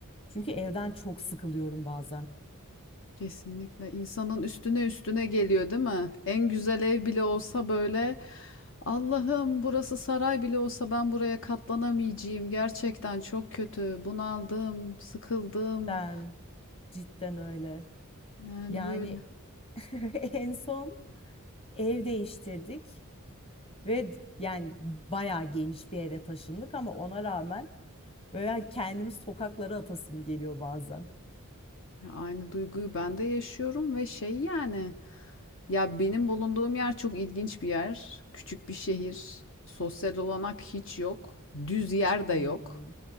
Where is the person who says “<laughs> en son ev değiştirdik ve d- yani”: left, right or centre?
Left